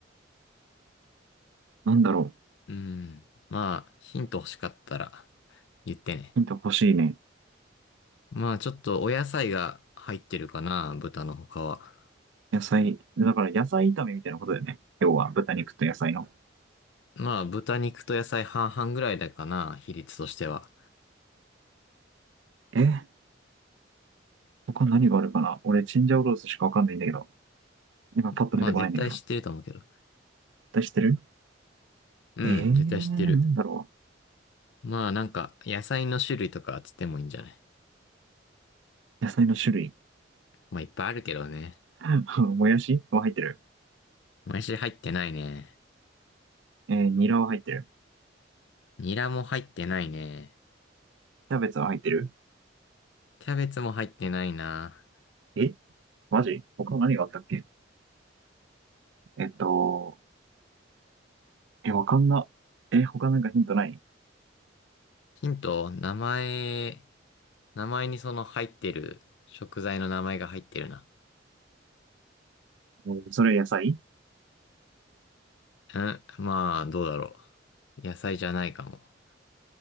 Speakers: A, on the right (about 75°); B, on the left (about 65°).
A: なんだろう
B: うん。まあ、ヒント欲しかったら言ってね。
A: ヒント欲しいね。
B: まあ、ちょっとお野菜が入ってるかな、豚の他は。
A: 野菜。だから野菜炒めみたいなことだよね。要は豚肉と野菜の。
B: まあ、豚肉と野菜半々ぐらいだかな、比率としては。
A: えー、他何があるかな俺、チンジャオロースしかわかんないんだけど。今パッと出てこないんだけど。
B: まあ、絶対知ってると思うけど。
A: 出してる
B: うん、
A: えー、
B: 絶対知ってる。
A: なんだろ
B: まあ、なんか、野菜の種類とかつってもいいんじゃない
A: う。野菜の種類。
B: まあ、いっぱいあるけどね。
A: <laughs> もやしは入ってる。
B: もやし入ってないね。
A: えー、ニラは入ってる。
B: ニラも入ってないね。
A: キャベツは入ってる。
B: キャベツも入ってないな。
A: えマジ他何があったっけえっと、え、わかんな。え、他なんかヒントない
B: ヒント、名前、名前にその入ってる食材の名前が入ってるな。
A: えーそれ野菜
B: うん、まあ、どうだろう。野菜じゃないかも。